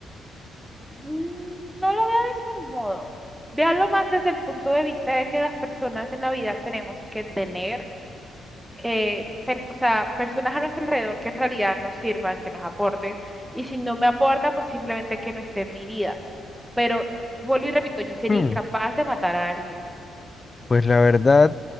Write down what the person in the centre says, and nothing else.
Mm, No lo veo de ese modo. Véalo más desde el punto de vista de que las personas en la vida tenemos que tener, eh, pers- o sea, personas a nuestro alrededor que en realidad nos sirvan, que nos aporten. Y si no me aporta, pues simplemente que no esté en mi vida. Pero vuelvo y repito, yo sería
incapaz de matar a alguien.